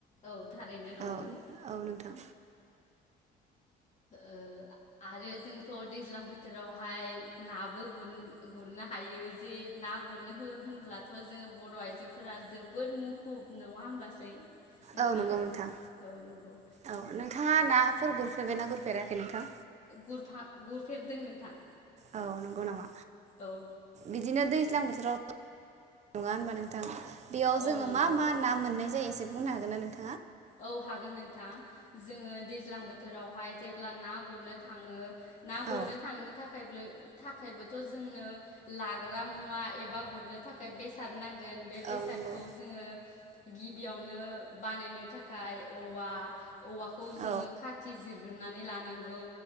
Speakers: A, on the left (about 45°); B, on the right (about 40°).
A: औ थारैनो नंगौ
B: औ औ नोंथां
A: ओ आरो जोंथ दैज्लां बोथोरावहाय नाबो गुर-गुरनो हायो जे ना गुरनो होनब्ला जोङो बर आइजोफोरा जोबद मु खुब नङा होनब्लासै नोंथां
B: औ नंगौ नोंथां
A: औ नंगौ।
B: औ नोंथाङा नाफोर गुरफेरबायना गुर फेराखै नोंथां
A: गुरफा गुरफेरदों नोंथां।
B: औ नंगौ नामा?
A: औ
B: बिदिनो दैज्लां बोथोर। बोथोरावथ नङा होनबा नोंथां? बेयाव जोङो
A: औ नंगौ
B: मा मा ना मोननाय जायो एसे बुंनो हागोन ना नोंथां?
A: औ हागोन नोंथां जोङो दैज्लां बोथोरावहाय जेब्ला ना गुरनो थाङो ना गुरनो
B: औ
A: थांनो थाखा। थाखायब्लो थाखायबोथ जोंनो लाग्रा मुवा एबा गुरनो थाखाय बेसाद नां गोन बे बेसादखौ
B: औ नंगौ
A: जोङो गिबियावनो बानायनो था आखाय औवा औवाखौ
B: औ
A: जोङो खाथि जिरग्रोनानै लानांगौ।